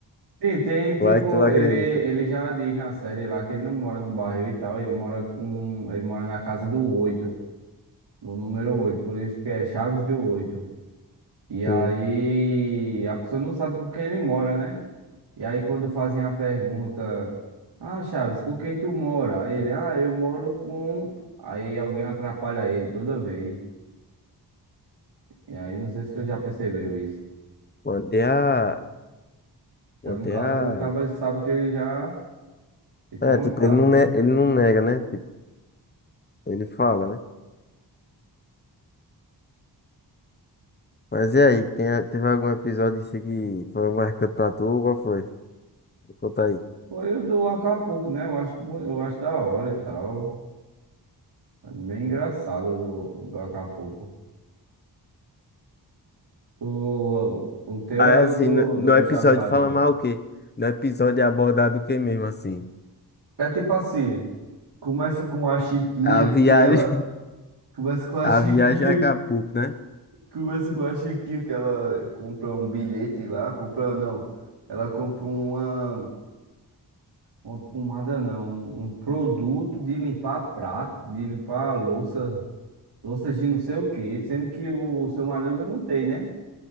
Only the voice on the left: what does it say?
Vai que tu não acredita.
Sim.
Manter a.
Manter
a.
É,
tipo,
ele não, ne...
ele não nega, né? Tipo, ele fala, né? Mas e aí, tem... a- teve algum episódio assim que foi marcante pra tu? Qual foi? Me Conta aí.
Aí,
assim,
no, no
episódio
fala mais o quê? No episódio é abordado o quê mesmo, assim?
A viagem.
A
viagem a Acapulco, né?